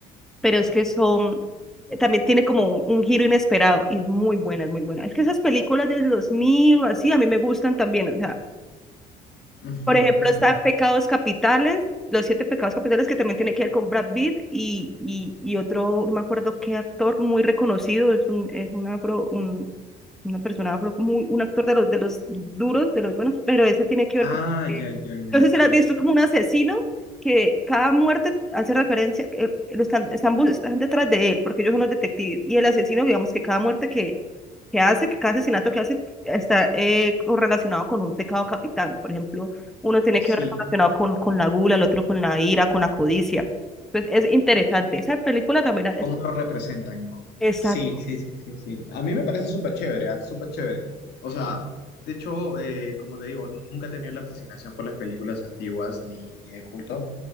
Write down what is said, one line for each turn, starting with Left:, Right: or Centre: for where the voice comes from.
Centre: pero es que son, eh, también tiene como un giro inesperado y es muy buena, es muy buena. Es que esas películas del 2000 o así a mí me gustan también, o sea,
Left: Ujú,
Centre: por ejemplo,
Left: ujú.
Centre: está Pecados Capitales, los siete pecados capitales que también tiene que ver con Brad Pitt y, y, y otro, no me acuerdo qué actor muy reconocido, es un, es un, afro- un una persona afro, muy, un actor de los, de los duros, de los buenos, pero ese tiene que
Left: Ah,
Centre: ver con
Left: ya,
Centre: que,
Left: ya, ya.
Centre: no sé si lo has visto, es
Left: No,
Centre: como un asesino que cada muerte hace referencia, eh, lo están, están, bus- están detrás de él, porque ellos son los detectives, y el asesino, digamos que cada muerte que, que hace, que cada asesinato que hace, está eh, correlacionado con un pecado capital, por ejemplo, uno tiene
Left: Sí.
Centre: que ver relacionado con, con la gula, el otro con la ira, con la codicia. Entonces, es interesante. Esa película también,
Left: cómo lo representan, ¿no?
Centre: esa,
Left: Sí, sí, sí, sí, sí. A mí me parece súper chévere, ¿ah? Súper chévere. O sea, de hecho, eh, como te digo, nu- nunca he tenido la fascinación por las películas antiguas ni, ni de culto,